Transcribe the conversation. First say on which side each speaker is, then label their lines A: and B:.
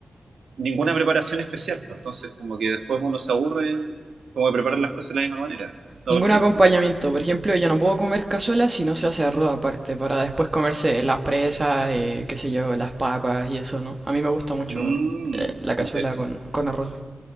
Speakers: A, on the right; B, on the right.
A: ninguna preparación especial, pues, entonces como que después uno se aburre como de preparar las cosas de la misma manera, todo
B: Ningún
A: el tiempo.
B: acompañamiento, por ejemplo, yo no puedo comer cazuela si no se hace arroz aparte, para después comerse las presas, eh, qué sé yo, las papas y eso, ¿no? A mí me gusta mucho
A: Mmm,
B: eh, la cazuela
A: interesante.
B: con, con arroz.